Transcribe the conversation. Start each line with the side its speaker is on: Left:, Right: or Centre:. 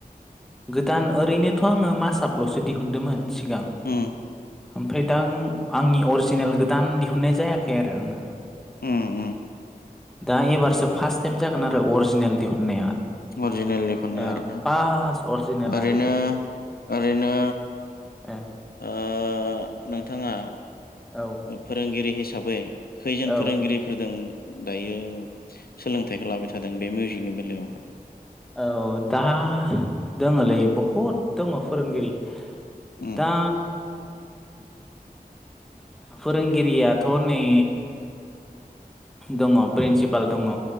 Centre: गोदान ओरैनोथ' आङो मासापल'सो दिहुनदोंमोन सिगां
Left: उम
Centre: ओमफ्राय दा आंनि अरिजिनेल गोदान दिहुननाय जायाखै आरो आङो
Left: ओम ओम
Centre: दा एबारसो फार्स्ट टाइम जागोन आरो अरिजिनेल दिहुननाया
Left: अरिजिनेलनि खननाय
Centre: ओ
Left: आरोना
Centre: फार्स्ट अरिजिनेल
Left: ओरैनो
Centre: आरो बे
Left: ओरैनो
Centre: ए
Left: ओ नोंथाङा
Centre: औ
Left: फोरोंगिरि हिसाबै खैजोन
Centre: औ
Left: फोरोंगिरि फोरदों दायो सोलोंथाइखौ लाबाय थादों बे मिउजिकनि बेलायावहा
Centre: औ दा दङलै बहुद दङ फोरोंगिरि
Left: उम
Centre: दा फोरोंगिरियाथ' नै दङ प्रिन्सिपाल दङ